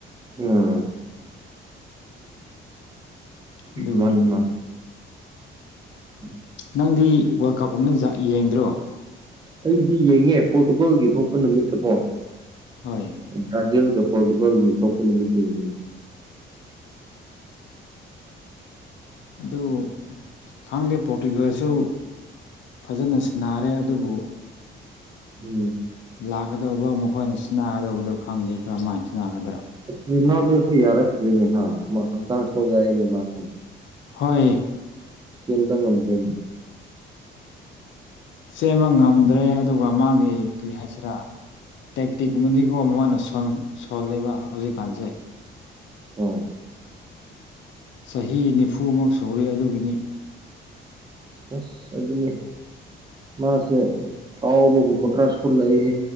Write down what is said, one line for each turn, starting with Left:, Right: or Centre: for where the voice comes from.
Right: ꯎꯝ
Left: ꯑꯗꯨꯒꯤꯅꯤ
Right: ꯃꯥꯅꯤ ꯃꯥꯅꯤ ꯎꯝ
Left: ꯅꯪꯗꯤ ꯋꯥꯔꯜ ꯀꯞ ꯌꯦꯡꯗ꯭ꯔꯣ
Right: ꯑꯩꯗꯤ ꯌꯦꯡꯉꯦ ꯄꯣꯔꯇꯨꯒꯥꯜꯒꯤ ꯊꯣꯛꯄ ꯅꯨꯃꯤꯠꯇꯀꯣ
Left: ꯍꯣꯏ
Right: ꯕ꯭ꯔꯥꯖꯤꯜꯒ ꯄꯣꯔꯇꯨꯒꯥꯜꯒꯤ ꯊꯣꯛꯄ ꯅꯨꯃꯤꯠꯇ ꯌꯦꯡꯉꯤꯅꯤ
Left: ꯑꯗꯨ ꯈꯪꯗꯦ ꯄꯣꯔꯇꯤꯒꯜꯁꯨ ꯐꯖꯅ ꯁꯥꯟꯅꯔꯦ ꯑꯗꯨꯕꯨ
Right: ꯎꯝ
Left: ꯂꯥꯛꯀꯗꯧꯕ ꯃꯈꯣꯏꯅ ꯁꯤꯖꯤꯟꯅꯒꯗꯧꯕꯗꯣ ꯈꯪꯗꯦ ꯀꯔꯝꯍꯥꯏꯅ ꯁꯥꯟꯅꯒꯗ꯭ꯔꯥ
Right: ꯔꯣꯅꯥꯜꯗꯣꯁꯤ ꯌꯥꯔꯛ ꯀ꯭ꯔꯤꯅꯤ ꯍꯥꯥ ꯍꯛꯆꯥꯡ ꯁꯣꯜꯅꯤ ꯃꯥꯁꯨꯝ
Left: ꯍꯣꯏ
Right: ꯆꯦꯟꯕ ꯉꯝꯗ꯭ꯔꯤꯅꯦ
Left: ꯆꯦꯟꯕ ꯉꯝꯗ꯭ꯔꯦ ꯑꯗꯨꯒ ꯃꯥꯒꯤ ꯀꯔꯤ ꯍꯥꯏꯁꯤꯔꯥ ꯇꯦꯛꯇꯤꯛꯀꯨꯝꯕꯗꯤꯀꯣ ꯃꯅ ꯁꯣꯜꯂꯦꯕ ꯍꯧꯖꯤꯛꯀꯥꯟꯁꯦ
Right: ꯍꯣꯏ
Left: ꯆꯍꯤ ꯅꯤꯐꯨꯃꯛ ꯁꯨꯔꯦ ꯑꯗꯨꯒꯤꯅꯤ
Right: ꯑꯁ ꯑꯗꯨ ꯑꯗꯨꯅꯦ ꯃꯥꯁꯦ ꯑꯥꯎꯕꯒꯨꯝꯕ ꯈꯔ ꯁꯨꯜꯂꯛꯏ